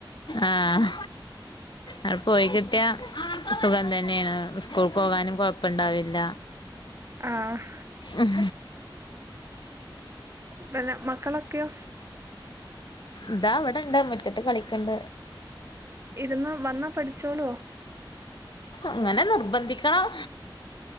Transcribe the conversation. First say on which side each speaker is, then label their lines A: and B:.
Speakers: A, on the left; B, on the right.
A: ആഹ് അടെ പോയി കിട്ടിയ സുഖം തന്നെയാണ് സ്കൂൾ പോകാനും കൊഴപ്പുണ്ടാവില്ല
B: ആഹ്
A: ഉം
B: പിന്നെ മക്കളൊക്കെയോ
A: ഇതാ അവിടെണ്ട് മുറ്റത്ത് കളിക്ക്ണ്ട്
B: ഇരുന്ന് വന്നാ പഠിചോളുവോ
A: അങ്ങനെ നിർബന്ധിക്കണം